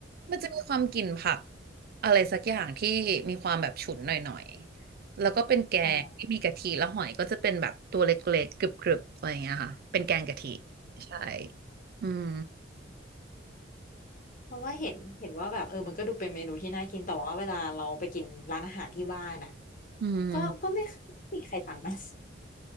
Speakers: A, on the right (about 55°); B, on the left (about 45°).
A: มันจะมีความกลิ่นผักอะไรสักอย่างที่มีความแบบฉุนหน่อยๆแล้วก็เป็นแกงที่มีกะทิแล้วหอยก็จะเป็นแบบตัวเล็กๆกรึบๆอะไรเงี้ยค่ะเป็นแกงกะทิ
B: อ๋อ
A: ใช่อืม
B: เพราะว่าเห็น เห็นว่าแบบเออมันก็ดูเป็นเมนูที่น่ากินแต่ว่าเวลาเราไปกินร้านอาหารที่บ้านอ่ะ
A: อืม
B: ก็ก็ไม่ไม่มีใครสั่งนะ